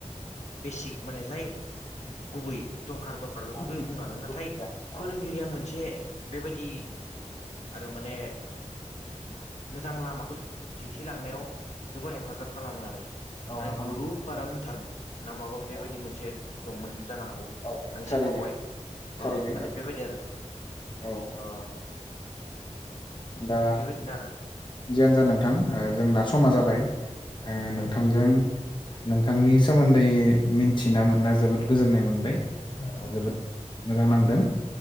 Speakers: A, on the left; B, on the left.
A: बेसिग माने जाय गुबै दरकार दरकार बेफोरखौ
B: गुदि
A: बुंनो हागोन
B: गुदि
A: नाथाय
B: गियान औ
A: फोरोंगिरिया मोनसे बेबायदि आरो माने मोजां लामाखौ दिन्थिलांनायाव जोबोर हेफाजाब खालामो आरो
B: औ
A: माने
B: नंगौ
A: गुरु
B: नोंथां
A: पाराम धाराम ना माबा बेबायदि
B: औ
A: मोनसे दंमोन जानो हागौ।
B: औ
A: आं एसे
B: थारैनो
A: बावबाय
B: थारैनो
A: अ माने
B: औ
A: बेबायदि आरो
B: औ
A: अ
B: दा
A: बेबायदिनो आरो
B: जियानो जा नोंथां जोंना
A: औ नोंथां
B: समा जाबाय
A: औ
B: नोंथांजों
A: नोंथां
B: नोंथांनि सोमोन्दै मिनथिना मोनना जोबोद गोजोननाय मोनबाय। ओ
A: औ नोंथां
B: जोबोद मोजां नांदों